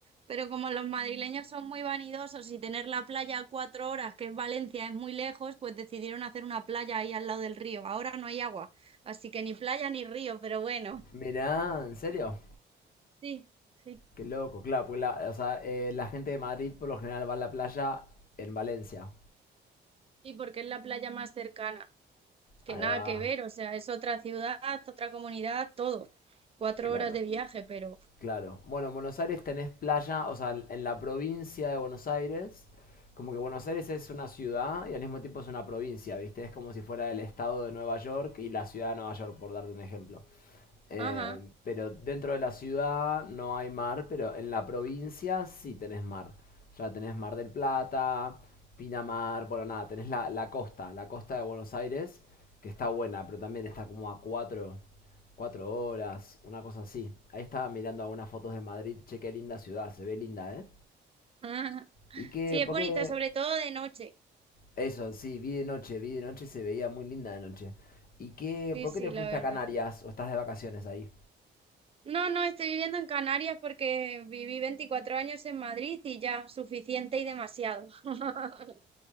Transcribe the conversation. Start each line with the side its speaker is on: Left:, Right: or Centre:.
Right: Pero como los madrileños son muy vanidosos y tener la playa a cuatro horas, que es Valencia, es muy lejos, pues decidieron hacer una playa ahí al lado del río. Ahora no hay agua, así que ni playa ni río, pero bueno.
Left: Mirá, ¿en serio?
Right: Sí, sí.
Left: Qué loco, claro, porque la, o sea, eh, la gente de Madrid por lo general va a la playa en Valencia.
Right: sí porque es la playa más cercana, que
Left: Ahí
Right: nada
Left: va,
Right: que ver, o sea, es otra ciudad, otra comunidad, todo. Cuatro
Left: claro.
Right: horas de viaje, pero...
Left: Claro. Bueno, en Buenos Aires tenés playa, o sea, en la provincia de Buenos Aires, como que Buenos Aires es una ciudad y al mismo tiempo es una provincia, ¿viste? Es como si fuera el estado de Nueva York y la ciudad de Nueva York, por darte un ejemplo. Eh,
Right: Ajá.
Left: pero dentro de la ciudad no hay mar, pero en la provincia sí tenés mar. Ya tenés Mar del Plata, Pinamar, bueno, nada, tenés la, la costa, la costa de Buenos Aires, que está buena, pero también está como a cuatro Cuatro horas, una cosa así. Ahí estaba mirando algunas fotos de Madrid. Che, qué linda ciudad, se ve linda, ¿eh?
Right: ajá.
Left: ¿Y qué?
Right: Sí, es
Left: ¿Por
Right: bonita,
Left: qué?
Right: sobre todo de noche.
Left: Eso, sí, vi de noche, vi de noche, se veía muy linda de noche. ¿Y qué?
Right: Sí,
Left: ¿Por
Right: sí,
Left: qué te fuiste
Right: la verdad.
Left: a Canarias o estás de vacaciones ahí?
Right: No, no, estoy viviendo en Canarias porque viví 24 años en Madrid y ya, suficiente y demasiado. <laughs>